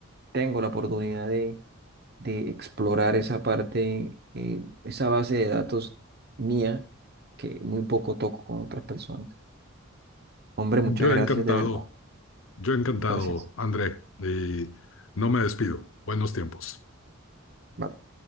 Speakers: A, on the right; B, on the left.
A: tengo la oportunidad de, de explorar esa parte, eh, esa base de datos mía que muy poco toco con otras personas. Hombre, muchas
B: yo
A: gracias,
B: encantado,
A: de verdad.
B: yo encantado,
A: Gracias.
B: André, y no me despido. Buenos tiempos.
A: Vale.